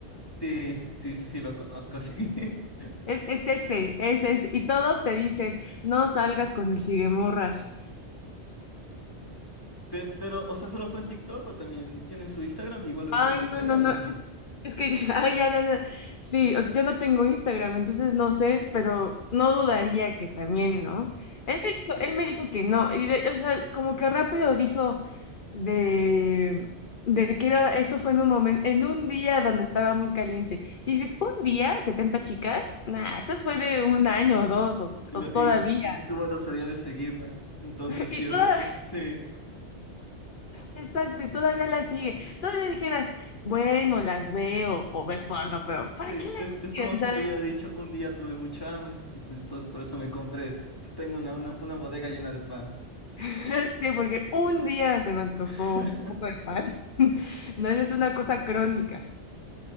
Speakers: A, on the left; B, on the left.
A: Sí, sí, sí, sí, lo conozco, sí. <laughs>
B: Es, es ese, es ese. Y todos te dicen, no salgas con el siguemorras.
A: Pe- Pero, o sea, solo fue en TikTok o también tiene su Instagram, igual lo
B: Ay,
A: viste en Instagram,
B: no, no, no.
A: ¿no? No.
B: Es, es que <laughs> ay, ya, no, no. Sí, o sea, yo no tengo Instagram, entonces no sé, pero no dudaría que también, ¿no? Él me dijo, él me dijo que no. y de- o sea, como que rápido dijo de, de que era, eso fue en un momento, en un día donde estaba muy caliente. Y dices, ¿un día? setenta chicas? Nah, eso fue de un año o dos, o,
A: Y,
B: o
A: lo-
B: todavía.
A: y, y- tuvo la osadía de seguirlas. Entonces,
B: <laughs>
A: sí,
B: Y
A: eso,
B: toda,
A: <laughs> sí,
B: Exacto, y todavía la sigue. Todavía dijeras, bueno, las veo o ver porno, pero ¿para
A: sí.
B: qué las
A: Es, es
B: siguen?
A: como si
B: sabes
A: te hubiera dicho, un día tuve mucha hambre. Y entonces, entonces por eso me compré, tengo una, una, una bodega llena de pan.
B: <laughs> sí, porque un día se me antojó
A: <laughs>
B: un poco de pan. <laughs> No es una cosa crónica.